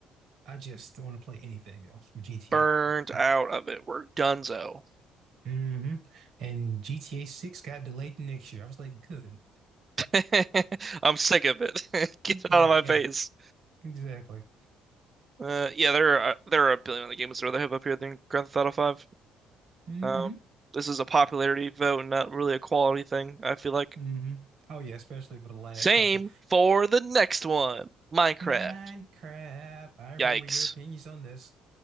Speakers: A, on the right; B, on the right.
A: I just don't want to play anything else from GTA
B: burned
A: 5.
B: out of it. We're donezo.
A: hmm And GTA 6 got delayed to next year. I was like, good.
B: <laughs> I'm sick of it. <laughs> Get it
A: Yeah,
B: out of my
A: yeah,
B: face.
A: exactly.
B: Uh, yeah, there are there are a billion other games that they have up here than Grand Theft Auto 5.
A: hmm
B: Um, this is a popularity vote, and not really a quality thing. I feel like.
A: hmm Oh yeah, especially for the last
B: Same
A: couple.
B: for the next one, Minecraft.
A: Minecraft. I remember
B: Yikes!
A: your opinions on this.